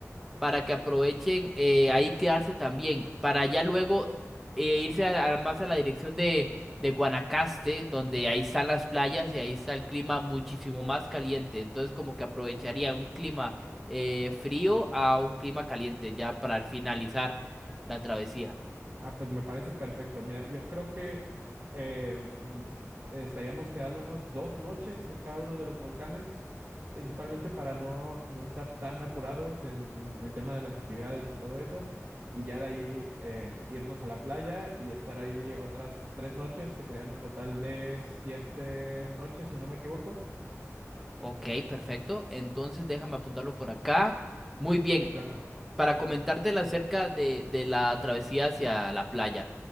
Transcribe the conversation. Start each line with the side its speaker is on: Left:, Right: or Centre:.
Centre: para que aprovechen eh, ahí quedarse también, para ya luego eh, irse a- a- más a la dirección de, de Guanacaste, donde ahí están las playas y ahí está el clima muchísimo más caliente. Entonces como que aprovecharía un clima eh, frío a un clima caliente ya para finalizar la travesía.
Right: Ah, pues me parece perfecto. Mira, yo creo que eh, mm, estaríamos quedándonos dos noches en cada uno de los volcanes, principalmente para no, no estar tan apurados en el tema de las actividades y todo eso, y ya de ahí eh, irnos a la playa y estar ahí otras tres noches, que serían un total de siete noches, si no me equivoco.
Centre: Ok, perfecto. Entonces déjame apuntarlo por acá. Muy bien.
Right: Sí, claro.
Centre: para comentártela acerca de, de la travesía hacia la playa.